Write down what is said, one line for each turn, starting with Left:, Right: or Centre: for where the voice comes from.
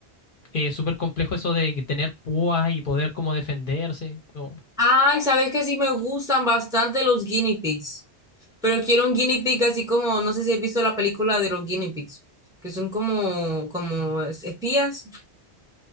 Left: eh, súper complejo eso de que tener púas y poder como defenderse. No,
Centre: Ay, sabes que sí me gustan bastante los guinea pigs, pero quiero un guinea pig así como, no sé si has visto la película de los guinea pigs, que son como, como espías,